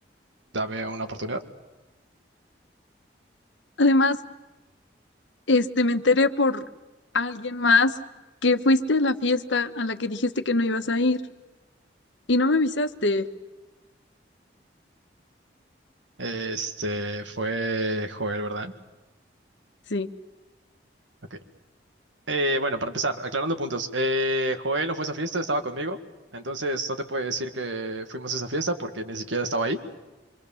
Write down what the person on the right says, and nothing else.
dame una oportunidad.
Este, fue Joel, ¿verdad?
Ok. Eh, bueno, para empezar, aclarando puntos. eh, Joel no fue a esa fiesta, estaba conmigo. Entonces no te puedo decir que fuimos a esa fiesta porque ni siquiera estaba ahí.